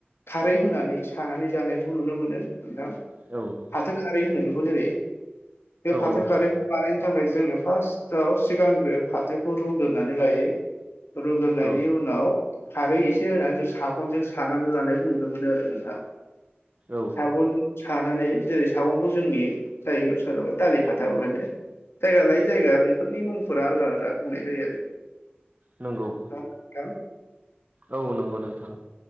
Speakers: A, on the left; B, on the right.
A: खारै होनानै सानानै जानायखौ नुनो मोनो नोंथां।
B: औ।
A: फाथो खारै होनो बेखौ जेरै बे फाथो
B: औ
A: खारैखौ बानायनो थाखाय जोङो फार्स्टआव सिगांग्रो फाथोखौ रुग्रोनानै लायो। रुग्रोनायनायनि
B: औ
A: उनाव खारै एसे होनानै जों सा सानानै लानायखौ नुनो मोनो आरो नोंथां
B: औ
A: सागुन सानानै जेरै सागंखौ जोंनि जायगायाव सोरनाबा दालि खाथाबो होनो। जायगा लायै जायगा बेफोरनि मुंफोरा आलदा आलदा बुंनाय जायो आरो।
B: नोंगौ।
A: <unintelligible>
B: औ नंगौ नोंथां।